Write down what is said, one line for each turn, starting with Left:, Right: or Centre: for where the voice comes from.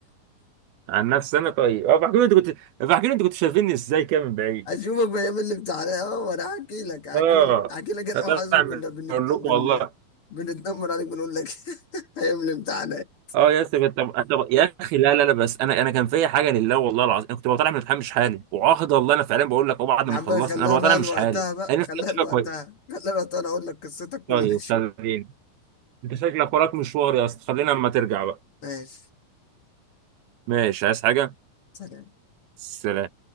Right: عن نفسي انا طيب اه بحكي لي انت كنت بحكي لي انت كنت شايفيني ازاي كده من
Left: <laughs>
Right: بعيد
Left: أشوفك في أيام الامتحانات أه وأنا هحكي لك هحكي
Right: اه
Left: لك هحكي لك أنا
Right: هطلع
Left: وحازم
Right: من
Left: كنا بنت...
Right: اقول لكم
Left: بن...
Right: والله
Left: بنتنمر عليك بنقول لك <laughs> أيام الامتحانات
Right: اه يا اسطى كنت- طب طب يا اخي لا لا لا بس انا انا كان فيا حاجه لله والله العظيم انا كنت بطلع من الامتحان مش حالي وعاهد والله انا فعلا بقول لك اه بعد
Left: يا
Right: ما
Left: عم
Right: خلصت
Left: بقى خلاها
Right: انا بطلع
Left: بقى
Right: مش
Left: لوقتها
Right: حالي
Left: بقى
Right: انا نفسي
Left: خلاها
Right: أطلع
Left: لوقتها
Right: كويس
Left: خلاها لوقتها أنا أقول لك قصتك كلها
Right: طيب
Left: شو
Right: خلينا انت شكلك وراك مشوار يا اسطى خلينا اما ترجع بقى
Left: ماشي
Right: ماشي عايز حاجة
Left: سلام
Right: سلام